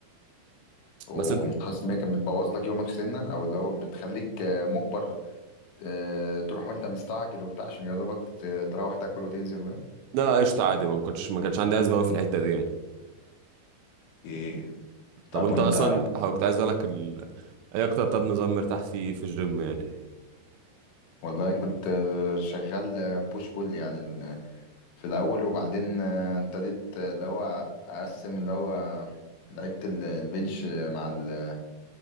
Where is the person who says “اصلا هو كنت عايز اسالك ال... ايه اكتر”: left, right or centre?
Right